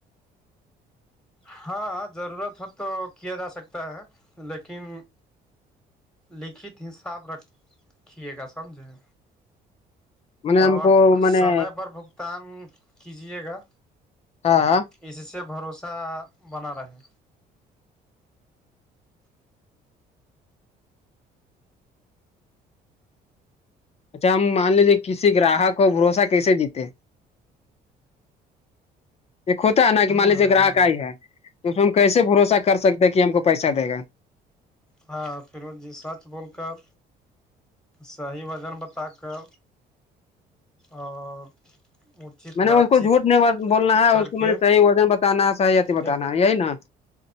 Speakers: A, in the centre; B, on the left (about 40°).
A: ہاں ضرورت ہو تو کیا جا سکتا ہے لیکن لکھت حساب رکھیے گا سمجھیں
B: میں نے ہم
A: اور
B: کو میں
A: سمے
B: نے
A: پر بھگت تان کیجیے گا
B: ہاں
A: اس سے بھروسہ بنا رہے
B: اچھا ہم مان لیجیے کسی گراہک اور بھروسہ کیسے جیتے ایک ہوتا ہے نا کہ
A: ہاں
B: مان لیجیے گراہک
A: ہاں
B: آئی ہے تو ہم کیسے بھروسہ کر سکتے ہیں کہ ہم کو پیسہ دے گا
A: ہاں پھر وہ جی سچ بول کر سی وزن بتا کر اور اچت
B: میں نے
A: بات
B: اس کو
A: چیت
B: جھوٹ نہیں بولنا ہے
A: کر
B: اس کو
A: کے
B: میں نے صحی وزن بتانا ہے صح اھی بتانا
A: ایک
B: ہے یہی نا